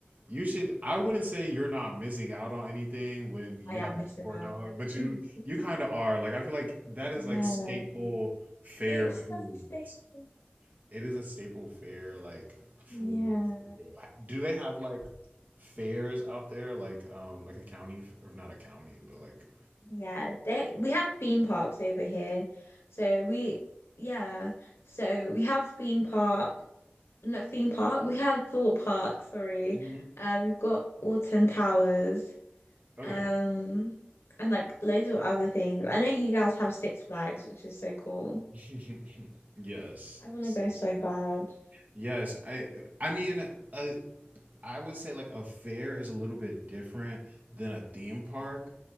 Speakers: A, on the right; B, on the left.
A: you should. I wouldn't say you're not missing out on anything when you
B: I am
A: have a
B: missing
A: four
B: out.
A: dollar, but you
B: Mm.
A: you kind of are. Like I feel like that is
B: Yeah.
A: like staple fair
B: It's
A: foods.
B: so stable.
A: It is a staple fair like food
B: Yeah.
A: for real. Do they have like fairs out there? Like um like a county f- or not a county, but like
B: Yeah. They, we have theme parks over here. So we, yeah. So we have theme park, not theme park, we have thought park, sorry.
A: Mhm.
B: Uh, we've got Alton Towers.
A: okay.
B: Um, and like loads of other things. I know you guys have Six Flags, which is so cool.
A: <laughs> Yes,
B: I want
A: six.
B: to go so bad.
A: Yes, I I mean uh, I would say like a fair is a little bit different than a theme park